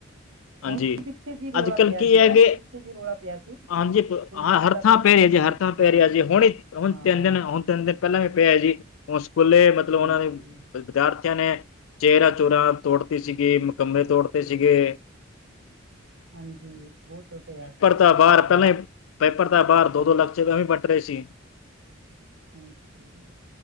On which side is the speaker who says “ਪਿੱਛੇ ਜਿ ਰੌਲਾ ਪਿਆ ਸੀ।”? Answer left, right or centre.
Right